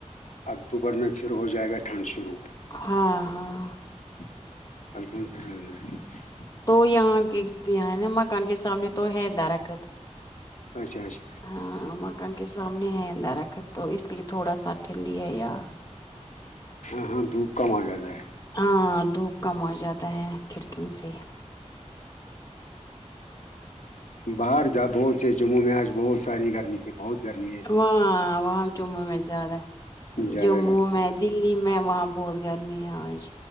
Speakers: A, on the left; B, on the left.
A: اکتوبر میں پھر ہو جائے گا ٹھنڈ شرو
B: ہاں ہاں
A: الے
B: تو یہاں کے یہ نا مکان کے سامنے تو ہے درخت
A: اچھا اچھا
B: ہاں مکان کے سامنے ہے اندہ رکھت تو اس لیے تھوڑا سا ٹھنڈی ہے یار
A: ہاں ہاں دھوپ کم آ جاتا ہے
B: ہاں دھوپ کم آ جاتا ہے کھڑکیوں سے
A: باہر جا بہت ج جموں میں آج بہت ساری گرمی تھی بہترمی ہے
B: وہاں وہاں جموں میں زیادہ ہے
A: زیادہ
B: جموں میں دلی میں وہاں بہت گرمی ہے آج